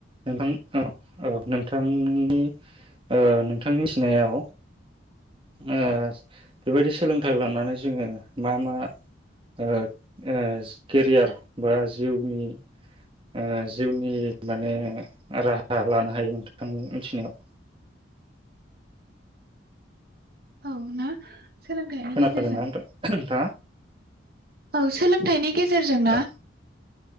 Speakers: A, on the right; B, on the right.
A: नोंथां अ औ नोंथांनि ओ नोंथांनि मिथिनायाव ओ बेबायदि सोलोंथाइ
B: औ
A: लानानै जोङो मा मा ओ ओ केरियार बा जिउनि ओ जिउनि माने राहा लानो हायो नोंथांनि मिथिनायाव
B: औ ना। सोलोंथाइनि
A: खोनादोंना
B: गेजेरजों
A: नोंथाङा?
B: औ सोलोंथाइनि गेजेरजों ना?
A: औ